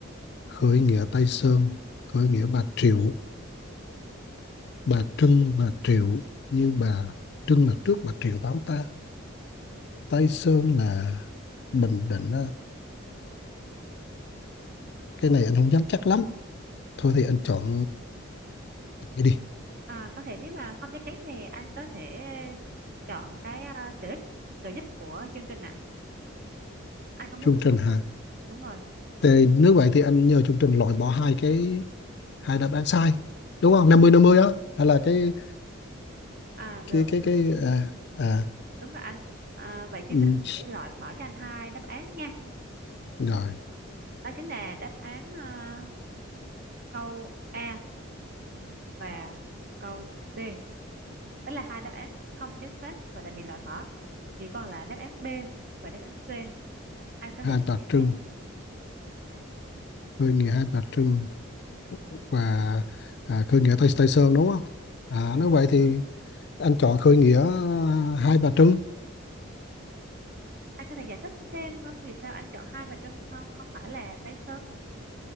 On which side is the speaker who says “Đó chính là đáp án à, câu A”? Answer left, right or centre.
Right